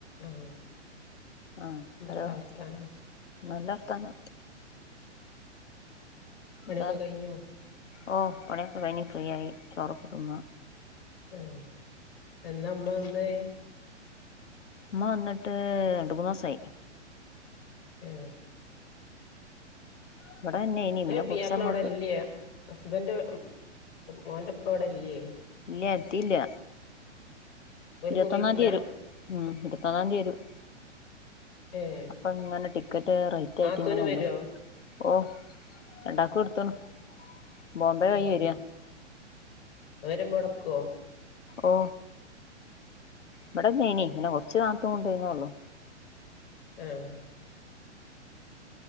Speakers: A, on the left; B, on the left.
A: ആഹ്
B: ആഹ്
A: എന്തൊക്കെ
B: ഹലോ
A: വർത്താനം
B: നല്ല അർഥനാ
A: പണിയൊക്കെ
B: എന്താ
A: കഴിഞ്ഞോ
B: ഓ പണൊക്കെ കഴിഞ്ഞ് ഫ്രീയയി ചോറൊക്ക തിന്ന്
A: ആ എന്നാമ്മന്നേ
B: ഉമ്മ വന്നിട്ട് രണ്ടു മൂന്നു ദിസായി
A: ആ
B: ഇവിടെ തന്നെനി പിന്നെ
A: പിയപ്പള
B: കുറച്ചങ്ങോട്ട്
A: എവിടെയില്ല ഹസ്ബന്റ് മോന്റെപ്പ എവിടെ ഇല്ലയേ
B: ഇല്ലത്തിയില്ല
A: ഓല്
B: ഇരുപത്തൊന്നാം
A: കുവൈത്തിലാ
B: തിയതി വരും ഉം ഇരുപത്തൊന്നാം തീയതി വരും
A: ഏഹ്
B: അപ്പൊ ഇങ്ങനെ ടിക്കറ്റ് റേറ്റ്
A: നാത്തൂന്
B: ആയിട്ട് ഇങ്ങനെ തന്നെ
A: വരോ
B: ഓ രണ്ടാക്കും എടുത്തന്നു ബോംബെ വഴി
A: ഏഹ്
B: വരിയാ
A: അവരെ മുടക്കുവോ
B: ഓ ഇവിടെ നേനി പിന്നെ കൊറച്ചുനാത്തു കൊണ്ടനേള്ളു
A: ആഹ്